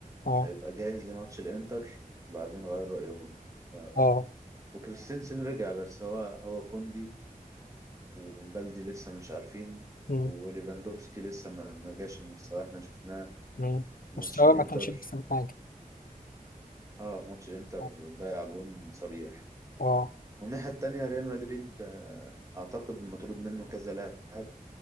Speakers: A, on the left (about 70°); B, on the right (about 20°).
A: اه
B: هيبقى جاهز لماتش الإنتر وبعدين غير رأيهم ف...
A: اه
B: وكريستنسن رجع بس هو هو كوندي وبلدي لسه مش عارفين
A: مم،
B: وليفاندوفسكي لسه ما ما رجعش المستوى احنا شفناه
A: مم.
B: ماتش
A: مستواه
B: الانتر
A: ما كانش أحسن حاجة
B: اه في ماتش الانتر
A: اه
B: ضيع جون صريح
A: آه.
B: والناحية التانية ريال مدريد آه، اعتقد مطرود منه كذا لاعب